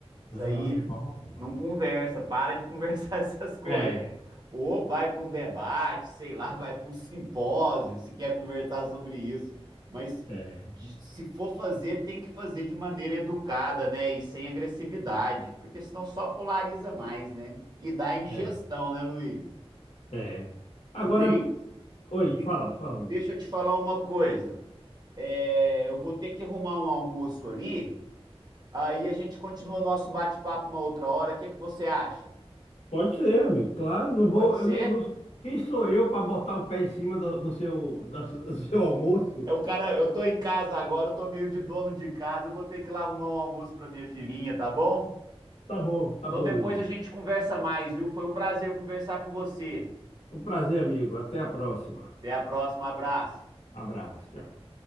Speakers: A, on the right; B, on the left.
A: Isso
B: não,
A: aí
B: de forma boa.
A: Não conversa, para de conversar <laughs> essas coisas.
B: É,
A: Ou vai para um debate, sei lá, <laughs> vai para um simpósio, se quer conversar sobre isso. Mas
B: é,
A: de- se for fazer, tem que fazer de maneira educada, né? E sem agressividade, porque senão só polariza mais, né? E dá indigestão,
B: é,
A: né, Luiz?
B: é. Agora,
A: Luiz,
B: oi,
A: de-
B: fala, fala,
A: deixa
B: Hugo.
A: eu te falar uma coisa. É, eu vou ter que arrumar um almoço ali, aí a gente continua nosso bate-papo uma outra hora. O que que você acha?
B: Pode ser, amigo, claro, não vou,
A: Pode ser?
B: eu não, não- quem sou eu para botar o pé em cima do, do seu, da- do seu almoço?
A: É o cara, eu tô em casa agora, eu tô meio de dono de casa, eu vou ter que ir lá arrumar um almoço pra minha filhinha, tá bom?
B: Tá bom, tá
A: Então
B: bom,
A: depois
B: Hugo.
A: a gente conversa mais, viu? Foi um prazer conversar com você.
B: Um prazer, amigo. Até a próxima.
A: Até a próxima, abraço.
B: Abraço, tchau.